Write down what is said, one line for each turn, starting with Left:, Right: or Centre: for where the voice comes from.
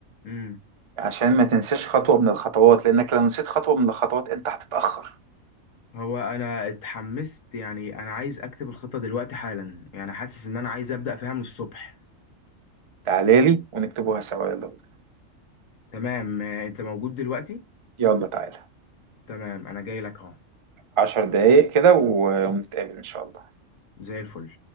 Left: امم
Right: عشان ما تنساش خطوة من الخطوات لأنك لو نسيت خطوة من الخطوات أنت هتتأخر
Left: هو انا اتحمست يعني انا عايز اكتب الخطة دلوقتي حالا يعني حاسس ان انا عايز ابدأ فيها من الصبح
Right: تعالى لي ونكتبوها سوا يلا بينا
Left: تمام آه، انت موجود دلوقتي
Right: يلا تعالى
Left: تمام انا جاي لك اهو
Right: عشر دقايق كده و- ونتقابل إن شاء الله
Left: زي الفل